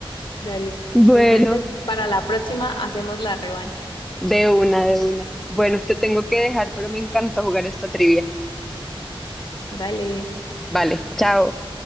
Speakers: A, on the left; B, in the centre.
A: Dale.
B: Bueno,
A: Entonces, para la próxima hacemos la revancha.
B: de una, de una. Bueno, te tengo que dejar, pero me encanta jugar esta trivia.
A: Dale.
B: Vale, chao.